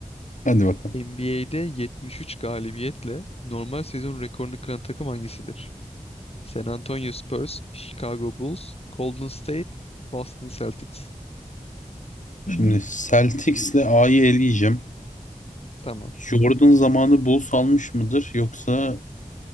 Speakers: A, on the left; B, on the left.
A: Hadi bakalım.
B: NBA'de 73 galibiyetle normal sezon rekorunu kıran takım hangisidir? San Antonio Spurs, Chicago Bulls, Golden State, Boston Celtics.
A: Şimdi Celtics'le A'yı eleyeceğim.
B: Tamam.
A: Jordan zamanı Bulls almış mıdır yoksa